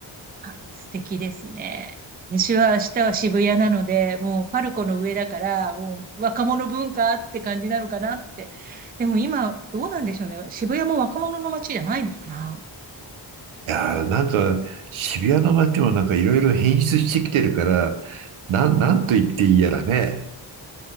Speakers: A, on the right; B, on the right.
A: あ、素敵ですね。私は明日は渋谷なので、もうパルコの上だから、もう若者文化って感じなのかなって。でも今、どうなんでしょうね。渋谷も若者の街じゃないのかな。
B: いやー、なんか渋谷の街もなんかいろいろ変質してきてるから、なん、なんと言っていいやらね。